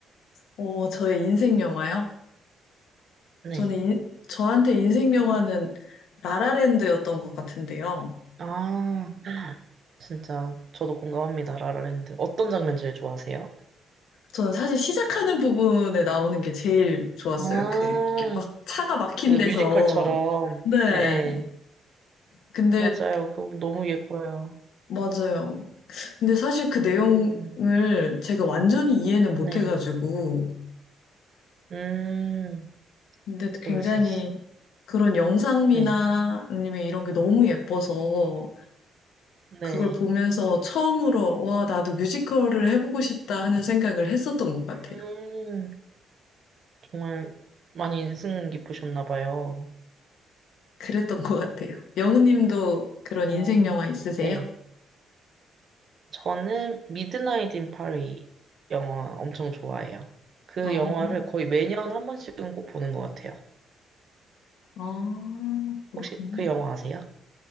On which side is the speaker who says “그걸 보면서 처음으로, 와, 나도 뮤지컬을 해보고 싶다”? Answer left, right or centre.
Left